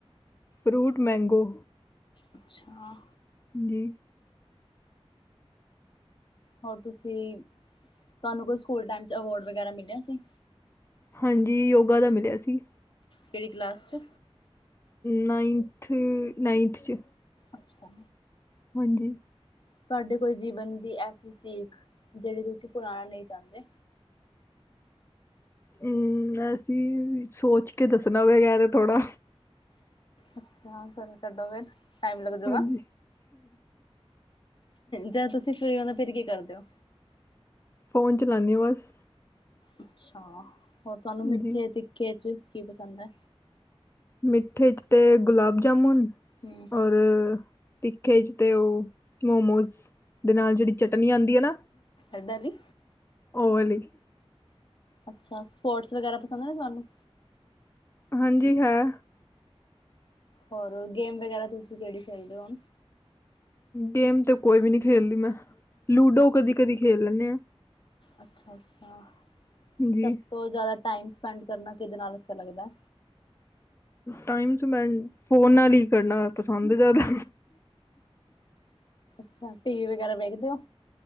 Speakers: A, on the left; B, on the left.
A: Fruit mango.
B: ਅੱਛਾ,
A: ਜੀ,
B: ਹੋਰ ਤੁਸੀਂ ਤੁਹਾਨੂੰ ਕੋਈ ਸਕੂਲ ਟਾਈਮ ਚ ਅਵਾਰਡ ਵਗੈਰਾ ਮਿਲਿਆ ਸੀ।
A: ਹਾਂਜੀ, ਯੋਗਾ ਦਾ ਮਿਲਿਆ ਸੀ।
B: ਕਿਹੜੀ ਕਲਾਸ 'ਚ
A: ਨਾਈਨਥ ਨਾਈਨਥ 'ਚ
B: ਅੱਛਾ,
A: ਹਾਂਜੀ।
B: ਤੁਹਾਡੇ ਕੋਈ ਜੀਵਨ ਦੀ ਐਸੀ ਸਿੱਖ ਜਿਹੜੀ ਤੁਸੀਂ ਭੁੱਲਣਾ ਨੀ ਚਾਦੇ।
A: ਹੂੰ, ਅਸੀਂ ਸੋਚ ਕੇ ਦੱਸਣਾ ਹੋਏਗਾ ਐ ਤੇ ਥੋੜਾ
B: ਅੱਛਾ, ਚੱਲੋ ਛੱਡੋ ਫਿਰ ਟਾਈਮ ਲੱਗਜੂਗਾ।
A: ਹਾਂਜੀ
B: ਜਦ ਤੁਸੀਂ ਫਰੀ ਹੁੰਦੇ ਫਿਰ ਕੀ ਕਰਦੇ ਓ?
A: ਫੋਨ ਚਲਾਣੀ ਆ ਬਸ।
B: ਅੱਛਾ, ਹੋਰ ਤੁਹਾਨੂੰ ਮਿੱਠੇ
A: ਜੀ
B: ਤਿੱਖੇ ਚ ਕੀ ਪਸੰਦ ਐ।
A: ਮਿੱਠੇ 'ਚ ਤੇ ਗੁਲਾਬ ਜਾਮੁਣ
B: ਹੂੰ
A: ਔਰ ਤਿੱਖੇ ਚ ਤੇ ਉਹ ਮੋਮੋਸ ਦੇ ਨਾਲ ਜਿਹੜੀ ਚਟਨੀ ਆਂਦੀ ਆ ਨਾ
B: ਏਦਾਂ ਨੀ।
A: ਓ ਵਾਲੀ।
B: ਅੱਛਾ ਸਪੋਰਟਸ ਵਗੈਰਾ ਪਸੰਦ ਨੇ ਤੁਹਾਨੂੰ।
A: ਹਾਂਜੀ ਹਾਂ,
B: ਔਰ ਗੇਮ ਵਗੈਰਾ ਤੁਸੀਂ ਕਿਹੜੀ ਖੇਲਦੇ ਹੋ।
A: ਗੇਮ ਤੇ ਕੋਈ ਵੀ ਨੀ ਖੇਲਦੀ ਮੈਂ ਲੂਡੋ ਕਦੀ ਕਦੀ ਖੇਲ ਲੈਣੇ ਆ।
B: ਅੱਛਾ ਅੱਛਾ,
A: ਜੀ
B: ਸਭ ਤੋਂ ਜ਼ਿਆਦਾ ਟਾਈਮ ਸਪੈਂਡ ਕਰਨਾ ਕਿਹਦੇ ਨਾਲ ਅੱਛਾ ਲੱਗਦਾ?
A: ਟਾਈਮ ਸਪੈਡ ਫੋਨ ਨਾਲ ਹੀ। ਕਰਨਾ ਪਸੰਦ ਜ਼ਿਆਦਾ।
B: ਅੱਛਾ, ਟੀ ਵੀ ਵਗੈਰਾ ਵੇਖਦੇ ਓ?